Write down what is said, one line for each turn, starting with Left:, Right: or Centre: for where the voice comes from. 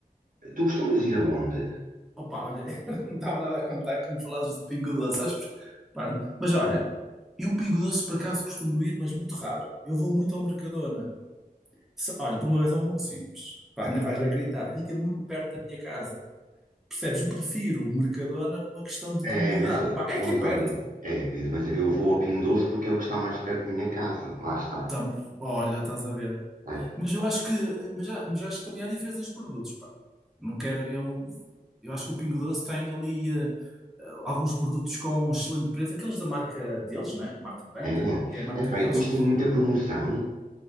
Right: Tu costumas ir aonde?
Centre: opa, olha, <laughs> eu não estava nada a contar quando falavas do Pingo Doce, sabes? por- Pá, mas olha, eu Pingo Doce por acaso costumo ir, mas muito raro. Eu vou muito ao Mercadona. Se- olha, por uma razão muito simples. Pá, não vais acreditar. Fica mesmo perto da minha casa. Percebes? Eu prefiro o Mercadona por uma questão de
Right: É,
Centre: comodidade.
Right: mas eh,
Centre: Pá, é aqui
Right: vamos
Centre: perto.
Right: lá ver. É, Pedro, mas eu vou a Pingo Doce porque é o que está mais perto da minha casa. Lá está.
Centre: Tam- Olha, estás a ver.
Right: É,
Centre: Mas eu acho que, mas, já- mas acho que também há diferenças de produtos, pá. Não quero, eu, eu acho que o Pingo Doce tem ali eh, eh, alguns produtos com um excelente preço, aqueles da marca deles, né? Marca branca,
Right: é,
Centre: lá
Right: é,
Centre: o que é a marca
Right: Epá,
Centre: deles.
Right: e depois tem muita promoção.